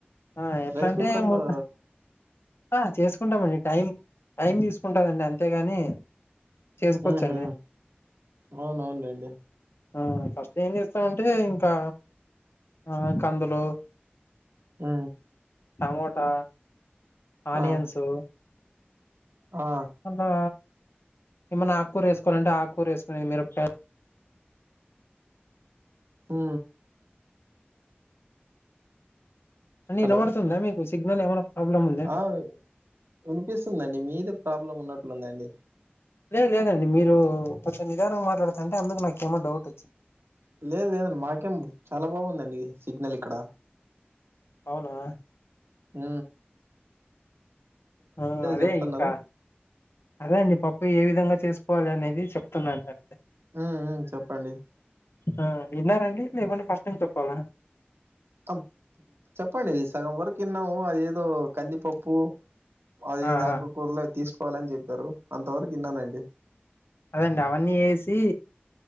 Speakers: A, on the left; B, on the right.
A: ఆ ఎట్లాంటే
B: రైస్ కుక్కర్
A: ముందు
B: లో
A: ఆ చేసుకుంటామండి టైం టైం తీసుకుంటదండి అంతేగాని చేసుకోవచ్చండి
B: ఉహు అవునా నండి
A: ఆ ఫస్ట్ ఏం చేస్తామంటే ఇంకా ఆ కందులు
B: ఉ
A: టమాటా ఆనియన్సు
B: ఆ ఆ
A: అలా ఏమన్నా ఆకుకూర వేసుకోవాలంటే ఆకూర వేసుకునేది మీరపకాయలు
B: ఉ
A: అండి
B: హలో
A: వినబడుతుందా మీకు సిగ్నల్ ఏమై ప్రాబ్లమ్ ఉందా
B: ఆ వినిపిస్తుందండి మీదే ప్రాబ్లం ఉన్నట్లుందండి
A: లే లేదండి మీరు కొంచెం నిధాంగా మాట్లాడుతుంటే అందుకు నాకేమో డౌట్ వచ్చింది
B: లేదు లేదండి మాకేం చాలా బాగుందండి సిగ్నల్ ఇక్కడ
A: అవునా
B: ఉ
A: ఆ అదే
B: చెప్తున్నారు
A: ఇంకా అదే అండి పప్పు ఏ విధంగా చేసుకోవాలి అనేది చెప్తున్నాండి అంతే
B: ఉ ఉ చెప్పండి
A: ఆ విన్నారండి లేకుంటే ఫస్ట్ నుంచి చెప్పాలా
B: ఆ చెప్పండి సగం వరకు విన్నాము అది ఏదో కందిపప్పు అది
A: ఆ
B: ఏదో ఆకుకూరలే
A: ఆ
B: తీసుకోవాలని చెప్పారు అంత వరకు విన్నానండి
A: అదండి అవన్నీ వేసి